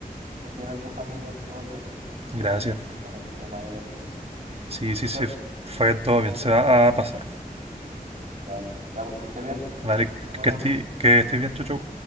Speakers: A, on the right (about 65°); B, on the right (about 40°).
A: estén bien en tu familia en todo caso po, con,
B: Gracias.
A: con el tema ahí del fallecimiento.
B: Sí, sí, sí.
A: Ya pues,
B: Fue todo bien. Se va a pasar.
A: vale, ya pues que esté bien.
B: Vale,
A: Nos vemos.
B: que estés que estés bien, chau, chau.